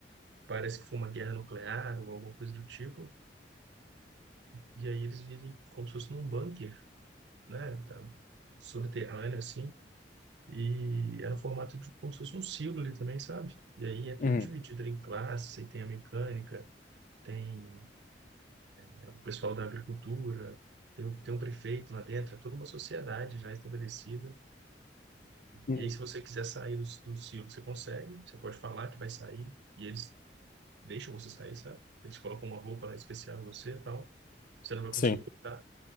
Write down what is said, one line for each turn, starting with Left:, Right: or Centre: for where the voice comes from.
Right: parece que foi uma guerra nuclear ou alguma coisa do tipo. E aí eles vivem como se fosse num bunker, né? Tá, subterrâneo, assim. E é no formato de como se fosse um símbolo ali também, sabe? E aí é tudo
Left: Uhum.
Right: dividido em classes, aí tem a mecânica, tem é, o pessoal da agricultura, tem, o- tem um prefeito lá dentro, é toda uma sociedade já estabelecida.
Left: Uhum.
Right: E aí, se você quiser sair do, do símbolo, você consegue, você pode falar que vai sair, e eles deixam você sair, sabe? Eles colocam uma roupa lá especial em você e tal. Você não vai
Left: Sim.
Right: conseguir voltar